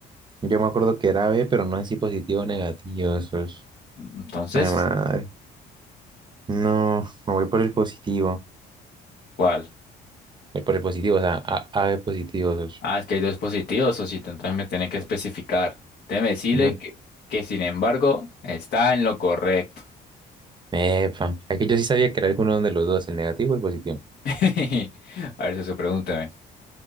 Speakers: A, on the right; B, on the left.
A: yo me acuerdo que era B, pero no sé si positivo o negativo. socio.
B: Entonces,
A: Ay, madre. No, me voy por el positivo.
B: ¿cuál?
A: Voy por el positivo, o sea, A, AB positivo, socio.
B: Ah, es que hay dos positivos, socito, entonces me tiene que especificar. Déjeme decirle
A: No.
B: que, que, sin embargo, está en lo correcto.
A: Epa. Aquí yo sí sabía que era alguno de los dos, el negativo o el positivo.
B: <laughs> A ver, socio, pregúnteme.